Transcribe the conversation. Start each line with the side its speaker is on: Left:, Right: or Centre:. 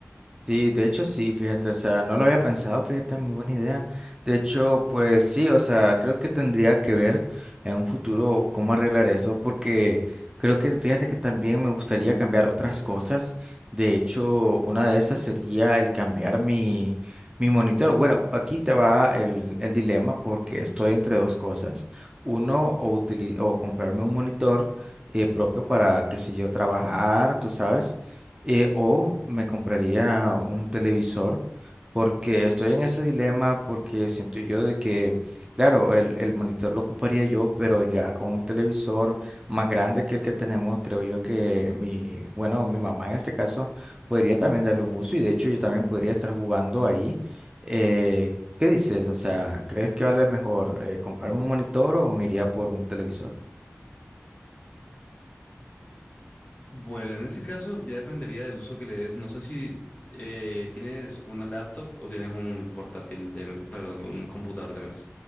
Right: Sí, de hecho sí, fíjate, o sea, no lo había pensado, fíjate, muy buena idea. De hecho, pues sí, o sea, creo que tendría que ver en un futuro cómo arreglar eso, porque creo que, fíjate que también me gustaría cambiar otras cosas. De hecho, una de esas sería el cambiar mi, mi monitor. Bueno, aquí te va el, el dilema porque estoy entre dos cosas. Uno, o, utili- o comprarme un monitor eh, propio para, qué sé yo, trabajar, tú sabes eh, o me compraría un televisor, porque estoy en ese dilema, porque siento yo de que, claro, el, el monitor lo ocuparía yo, pero ya con un televisor más grande que el que tenemos, creo yo que mi, bueno, mi mamá en este caso podría también darle un uso y de hecho yo también podría estar jugando ahí. Eh, ¿qué dices? O sea, ¿crees que vale mejor eh, comprarme un monitor o me iría por un televisor?
Left: Bueno, en ese caso ya dependería del uso que le des. No sé si eh, tienes una laptop o tienes un portátil de, me- perdón, un computador de mesa.